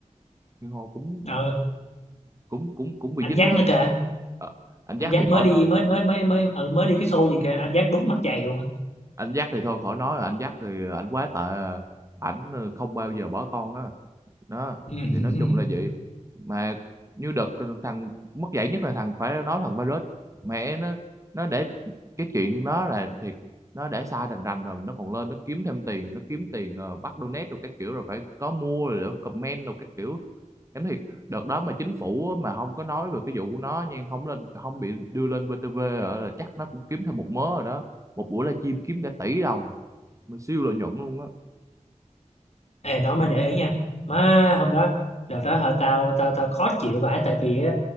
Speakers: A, on the right; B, on the left.
A: Hiền Hồ cũng
B: ờ
A: cũng cũng cũng bị
B: anh
A: dính
B: Jack
A: đó
B: nữa kìa
A: Ờ, anh Jack
B: anh Giác
A: thì khỏi
B: mới đi
A: nói
B: mới mới mới mới ừ, mới đi cái show gì kìa anh Giác đúng mặt dày luôn á
A: anh Jack thì thôi khỏi nói rồi anh Jack thì anh quá tệ ảnh ờ, không bao giờ bỏ con đó đó
B: <laughs>
A: thì nói chung là vậy mà như đợt thằng mất dạy nhất là thằng phải nói thằng virus mẹ nó nó để cái chuyện đó là thiệt nó để sai rành rành rồi nó còn lên nó kiếm thêm tiền nó kiếm tiền ờ, bắt donate rồi các kiểu rồi phải có mua rồi để comment rồi các kiểu em thiệt đợt đó mà chính phủ á, mà không có nói về cái vụ của nó nha không lên không bị đưa lên VTV hả, là chắc nó cũng kiếm thêm một mớ rồi đó một buổi livestream kiếm cả tỷ đồng mà siêu lợi nhuận luôn á
B: Ê, đó mới để ý nha má hôm đó đợt đó hả tao tao tao khó chịu vãi tại vì á